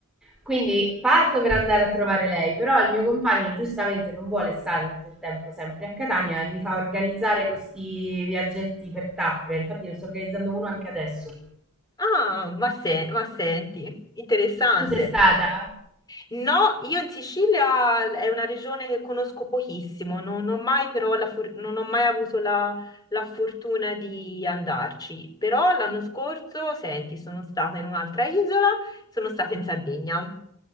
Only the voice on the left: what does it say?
Ah, ma, se- ma senti, interessante.
No, io in Sicilia è una regione che conosco pochissimo, non ho mai, però la for- non ho mai avuto la, la fortuna di andarci. Però l'anno scorso, senti, sono stata in un'altra isola, sono stata in Sardegna.